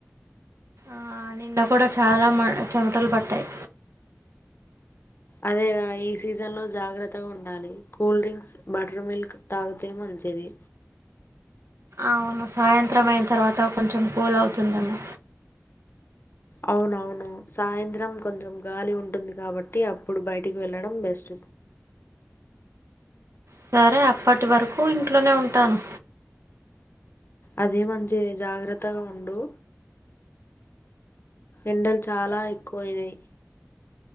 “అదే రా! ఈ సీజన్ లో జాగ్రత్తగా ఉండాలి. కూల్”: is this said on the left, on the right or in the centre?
Left